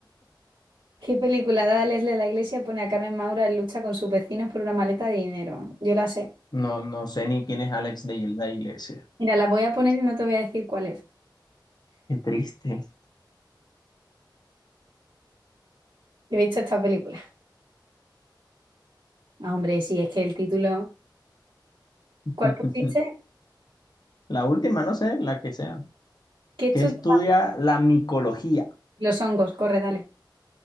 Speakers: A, on the right; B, on the left.
A: ¿Qué película de Leslie de la Iglesia pone a Carmen Maura en lucha con sus vecinos por una maleta de dinero? Yo la sé.
B: no, no sé ni quién es Alex de la Iglesia.
A: Mira, la voy a poner y no te voy a decir cuál es.
B: Qué triste.
A: Yo he visto esta película. Ah, hombre, sí, es que el título.
B: <laughs>
A: ¿Cuál pusiste?
B: La última, no sé, la que sea.
A: ¿Qué estudio?
B: Que estudia la micología,
A: Los hongos, corre, dale.